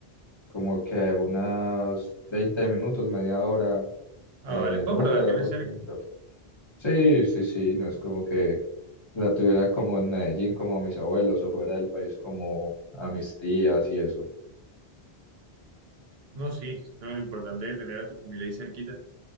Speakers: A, on the left; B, on the right.
A: como que unas 20 minutos, media hora
B: Ah,
A: eh,
B: vale. Pues,
A: en Uber.
B: pero la tienes cerca.
A: yendo. Sí, sí, sí, no es como que la tuviera como en Medellín, como a mis abuelos, o fuera del país, como a mis tías y eso.
B: No, sí, no, lo importante es tener a tu familia ahí cerquita.